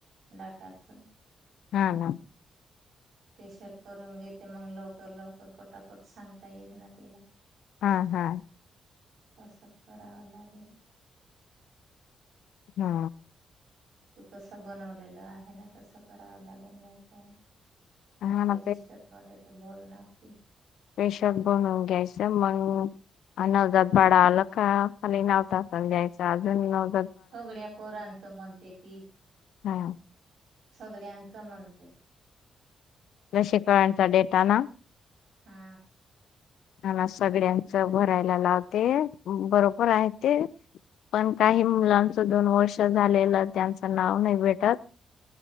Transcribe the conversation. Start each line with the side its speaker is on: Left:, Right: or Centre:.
Right: डाटाचं
Left: हां हां.
Right: पेशल करून घेते, मग लवकर लवकर पटापट सांगता येईल ना तेला
Left: हा हा
Right: तस करावं लागेल. बेरीज
Left: हा
Right: तू कसं बनवलेलं आहे ना, तसं करावं लागेल नव्हतं
Left: हा ना
Right: रजिस्टर मध्ये तर बोलणार ती
Left: पेशल बनवून घ्यायचं मंग अन् नवजात बाळालं का खाली नाव टाकून द्याचं अजून न
Right: सगळ्या पोरांचं म्हणते ती
Left: हा
Right: सगळ्यांचं म्हणते
Left: लसीकरणचा डेटा ना?
Right: हा
Left: ह ना सगड्यांचं भरायला लावते बरोबर आहे ते. पण काही मुलांचं दोन वर्ष झालेलं त्यांचं नाव नाही भेटत